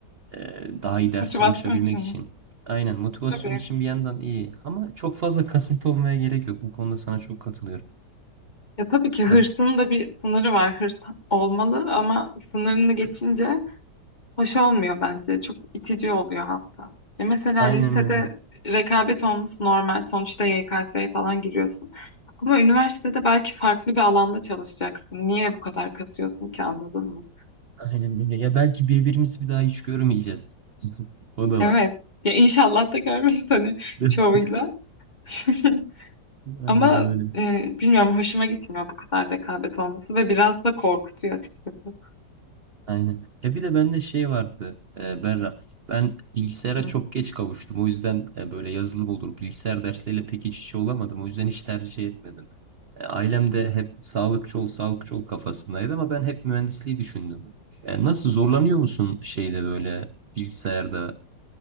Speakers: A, on the right; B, on the left.
A: e, daha iyi ders
B: Motivasyon
A: çalışabilmek
B: için mi?
A: için. Aynen motivasyon
B: Tabii.
A: için bir yandan iyi. Ama çok fazla kasıntı olmaya gerek yok. Bu konuda sana çok katılıyorum.
B: Ya tabii ki hırsın
A: Ya
B: da bir sınırı var. Hırs olmalı ama sınırını geçince hoş olmuyor bence. Çok itici oluyor hatta. Ya mesela
A: Aynen
B: lisede
A: öyle.
B: rekabet olması normal. Sonuçta YKS'ye falan giriyorsun. Ama üniversitede belki farklı bir alanda çalışacaksın. Niye bu kadar kasıyorsun ki anladın mı?
A: Aynen öyle. Ya belki birbirimizi bir daha hiç görmeyeceğiz. O da
B: Evet.
A: var.
B: Ya inşallah da görmeyiz hani
A: <laughs>
B: çoğuyla. <laughs>
A: Aynen
B: Ama
A: öyle.
B: e, bilmiyorum hoşuma gitmiyor bu kadar rekabet olması ve biraz da korkutuyor açıkçası.
A: Aynen. Ya bir de bende şey vardı e, Berra. Ben bilgisayara
B: Hı.
A: çok geç kavuştum. O yüzden e, böyle yazılım olur. Bilgisayar dersleriyle pek iç içe olamadım. O yüzden hiç tercih etmedim. E, ailem de hep sağlıkçı ol, sağlıkçı ol kafasındaydı ama ben hep mühendisliği düşündüm. E, nasıl zorlanıyor musun şeyde böyle bilgisayarda,